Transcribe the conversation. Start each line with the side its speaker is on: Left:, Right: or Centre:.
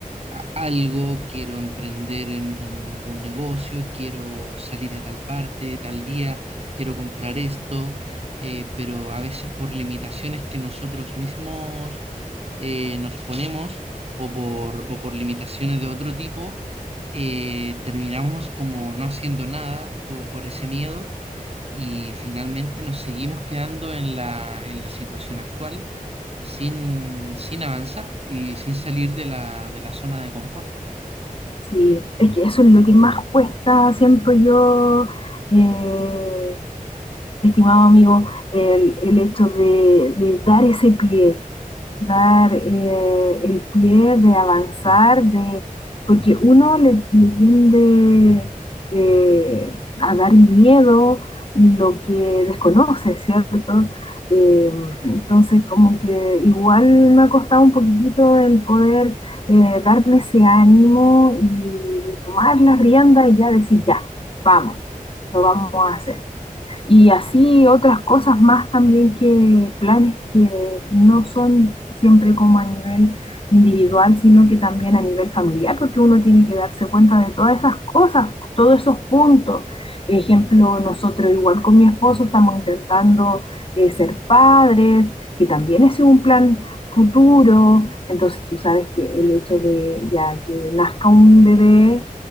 Right: a- algo, quiero emprender en, en algún negocio, quiero salir a tal parte, tal día, quiero comprar esto, eh, pero a veces por limitaciones que nosotros mismos eh, nos ponemos o por, o por limitaciones de otro tipo, eh, terminamos como no haciendo nada po- por ese miedo y finalmente nos seguimos quedando en la, en la situación actual sin, sin avanzar y sin salir de la, de la zona de confort.
Left: Sí, es que eso es lo que más cuesta, siento yo, eh, estimado amigo, el, el hecho de, de dar ese pie, dar eh, el pie, de avanzar, de, porque uno le, le tiende eh, a dar miedo lo que desconoce, ¿cierto? Eh, entonces, como que igual me ha costado un poquitito el poder eh, darme ese ánimo y tomar la rienda y ya decir, ya, vamos, lo vamos a hacer. Y así otras cosas más también que planes que no son siempre como a nivel individual, sino que también a nivel familiar, porque uno tiene que darse cuenta de todas esas cosas, todos esos puntos. Ejemplo, nosotros igual con mi esposo estamos intentando eh, ser padres, que también es un plan futuro. Entonces tú sabes que el hecho de ya que nazca un bebé,